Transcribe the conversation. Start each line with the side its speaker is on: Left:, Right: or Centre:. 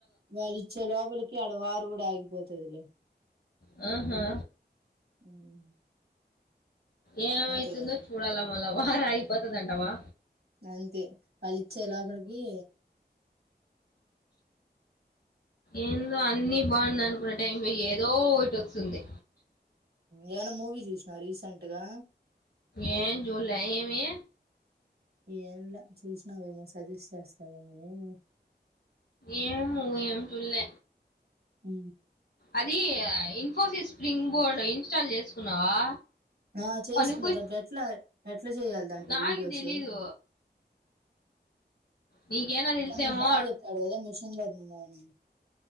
Right: వాల్ ఈచే లోపాలా యాడ వార్ కూడా ఆగిపోతుదిలే
Left: హాహా
Right: <inaudible>
Left: ఏం
Right: అంతే
Left: అయితుందో
Right: కదా
Left: చూడాల మల్ల వార అగిపోతాడి అంతవా
Right: అంతే వాళ్ళు ఇచ్చే లోపలికి
Left: ఏందో అన్ని బాగుంది అనుకున్న టిమ్లో ఏదో ఒకటి వస్తుంది
Right: ఏమన్న మూవీ చూసినా రీసెంట్గా
Left: ఏ జలే ఎమి
Right: ఏంలా చూసినావేమో సజెస్ట్ చేస్తావ నువ్వు
Left: ఏం ఏం చుల్
Right: హ
Left: అది ఇన్ఫోసిస్ స్ప్రింగ్ బోర్డు ఇన్స్టాల్ చేసుకున్నావా
Right: ఆ చేసుకున్నదంటే
Left: పనికొ
Right: ఎట్లా అ ఇట్లా చేయ్యాలి దాంట్లో
Left: నాకు
Right: వీడియోస్
Left: తెలీదు నీకేనా తెలిసేమో
Right: కానీ బాగా చెప్పాడు కదా మిషన్ లర్నింగ్ అవుని